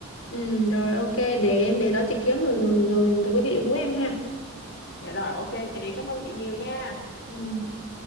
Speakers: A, on the left; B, on the left.
A: ừ, rồi ok để để đó chị kiếm rồi rồi rồi, rồi có gì chị hú em ha
B: dạ rồi ok chị cảm ơn chị nhiều nha
A: ừ.